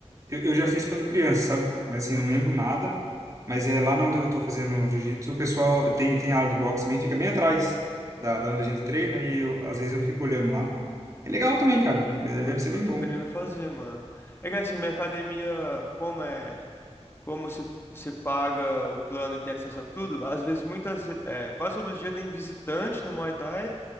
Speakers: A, on the right; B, on the left.
A: Eu, eu já fiz quando criança, sabe? Mas assim,
B: Uhum.
A: eu não lembro nada. Mas é lá onde eu tô fazendo jiu-jitsu, o pessoal tem, tem aula de boxe também, fica bem atrás da, da onde a gente treina e eu, às vezes eu fico olhando lá. É legal também, cara. Deve
B: Nossa,
A: ser bem
B: eu tô
A: bom.
B: querendo fazer, mano. É que assim, minha academia, como é, como se, se paga o plano e tem acesso a tudo, às vezes muitas, ve- é, quase todo dia tem visitante no Muay Thai